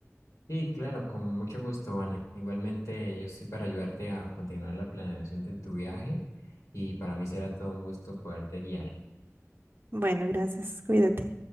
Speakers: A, on the left (about 80°); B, on the right (about 40°).
A: Y claro, con mucho gusto, Vane. Igualmente, yo estoy para ayudarte a continuar la planeación de tu viaje y para mí será todo un gusto poderte guiar.
B: Bueno, gracias. Cuídate.